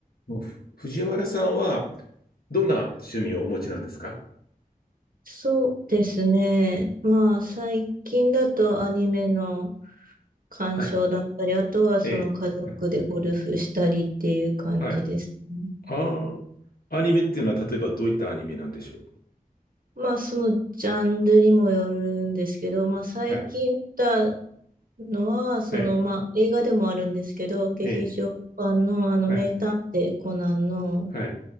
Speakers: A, on the left (about 85°); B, on the right (about 70°).
A: もうふ藤原さんはどんな趣味をお持ちなんですか
B: そうですね。まあ、最近だとアニメの鑑賞だったり、
A: はい。
B: あとはその家族でゴルフしたりっていう感じですね。
A: ええはい。はいああ、アニメっていうのは例えばどういったアニメなんでしょう
B: まあ、そのジャンルにもよるんですけど、まあ、最近見た
A: はい、
B: のは、その、
A: ええ、
B: まあ、映画でもあるんですけど、劇場版のあの、
A: ええ、はい。
B: 名探偵コナンの
A: はい。